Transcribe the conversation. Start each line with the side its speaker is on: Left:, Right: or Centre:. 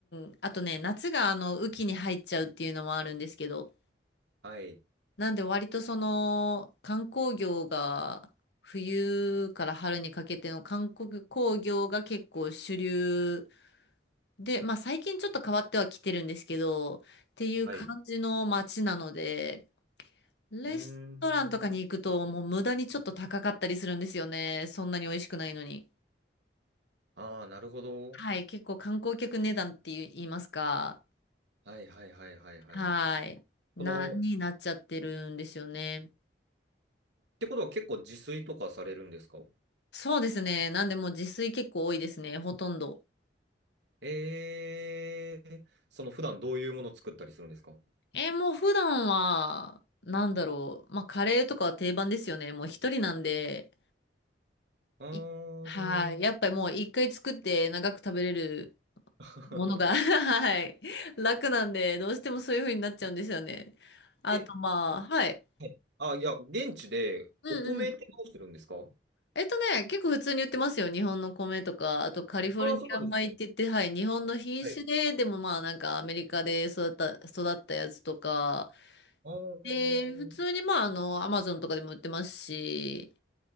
Left: ン、あとね、夏があの雨季に入っちゃうっていうのもあるんですけど、
Right: はい。
Left: なんで割とその観光業が冬から春にかけての観光業が結構主流で、まあ最近ちょっと変わってはきてるんですけど、っていう感じの街なので、
Right: はい。
Left: レストランとかに行くともう無駄にちょっと高かったりするんですよね。
Right: うーん。
Left: そんなに美味しくないのに。
Right: ああ、なるほど。
Left: はい、結構観光客値段って言いますか、
Right: はいはいはいはいはい。
Left: はい、な、
Right: その、
Left: になっちゃってるんですよね。
Right: ってことは結構自炊とかされるんですか
Left: そうですね。なんでもう自炊結構多いですね、ほとんど。
Right: ええその普段どういうもの作ったりするんですか
Left: えーもう普段は、なんだろう。まあ、カレーとかは定番ですよね。もう一人なんで、
Right: あー
Left: いはい。やっぱりもう一回作って長く食べれる
Right: <laughs>
Left: ものが <laughs> はい。楽なんで、どうしてもそういう風になっちゃうんですよね。あと、
Right: え、
Left: まあ、
Right: そう
Left: はい。
Right: はい。あ、いや、現地でお米ってどうしてるんですか
Left: うんえっとね、結構普通に売ってますよ。日本の米とか、あとカリフォルニア米って言って、
Right: ああー、そうなんですね。
Left: はい、日本の品種で、
Right: はい。
Left: でもまあなんかアメリカで育った、育ったやつとか、
Right: あーっ
Left: で、普通にまああの、アマゾンとかでも売ってますし、